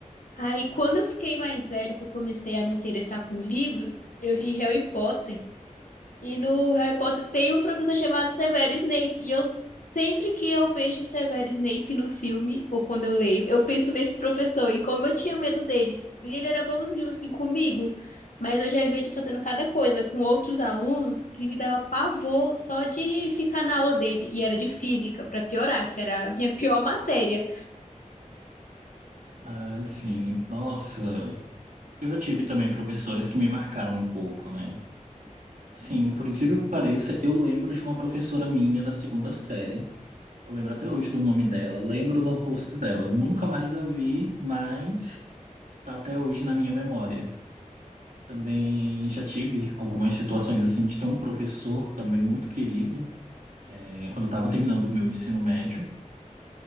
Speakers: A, on the left (about 75°); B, on the right (about 85°).
A: Aí, quando eu fiquei mais velha, que eu comecei a me interessar por livros, eu li Harry Potter. E no Harry Potter tem um professor chamado Severo Snape. E eu sempre que eu vejo o Severo Snape no filme, ou quando eu leio, eu penso nesse professor e como eu tinha medo dele. E ele era bonzinho assim comigo, mas eu já vi ele fazendo cada coisa com outros alunos que me dava pavor só de ficar na aula dele. E era de física, pra piorar, que era a minha <laughs> pior matéria.
B: Ah, sim. Nossa, Eu já tive também professores que me marcaram um pouco, né? Sim, por incrível que pareça, eu lembro de uma professora minha da segunda série. Eu lembro até hoje do nome dela, lembro do rosto dela. Nunca mais a vi, mas tá até hoje na minha memória. Também já tive algumas situações assim de ter um professor também muito querido. É, quando eu estava terminando o meu ensino médio,